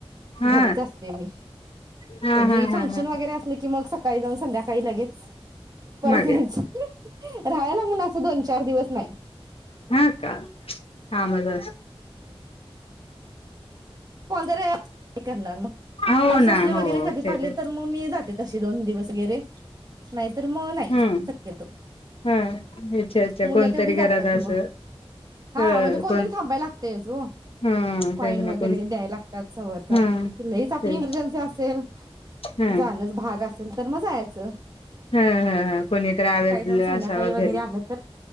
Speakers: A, on the left (about 70°); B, on the right (about 40°).
A: हा
B: घरीच असते मी
A: हा हा
B: कधी
A: हा
B: फंक्शन
A: हा हा
B: वगैरे असले की मग स सकाळी जाऊन संध्याकाळी लगेच परत
A: मागेल
B: याच राहाला म्हून असं दोन चार दिवस नाई
A: हं का <unintelligible> हां मग अस
B: कोणतर ये करणार मग
A: हो
B: सासू
A: ना
B: सासरे वगैरे
A: हो
B: कधी
A: ते
B: आले तर म मी जाते तशी दोन दिवस गेरे नाहीत तर म नाही
A: हम्म
B: शक्यतो
A: हा अच्छा अच्छा
B: मुलं
A: कोणतरी
B: तेवडी जातात
A: घरात
B: म
A: असं
B: हां
A: ह
B: म्हणजे कोणतरी
A: कोण
B: थांबाय लागतयच ओ
A: हा
B: कॉइनव
A: तेच ना
B: द्यायला
A: कोण
B: लागतात सवरतात
A: हा
B: लैच आपली
A: ह
B: इमार्जेन्सी असेल
A: हा
B: जाणचं भाग अस ल तर मग जायाचं
A: हा हा हा कोणीतर अवैलेबल
B: जाऊन संध्याकाळी
A: असावा
B: वगैरे
A: घरी
B: आलं तर